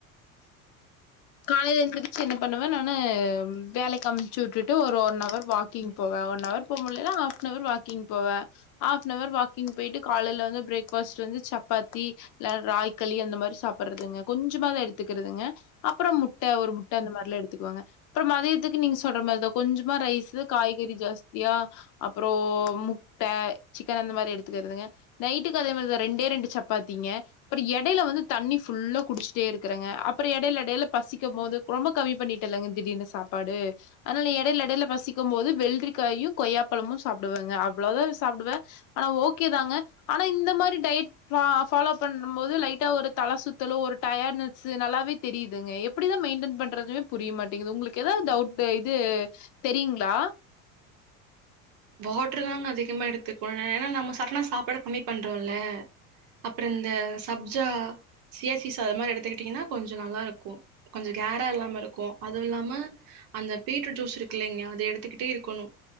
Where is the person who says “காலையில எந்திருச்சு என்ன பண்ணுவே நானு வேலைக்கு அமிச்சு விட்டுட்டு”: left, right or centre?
Left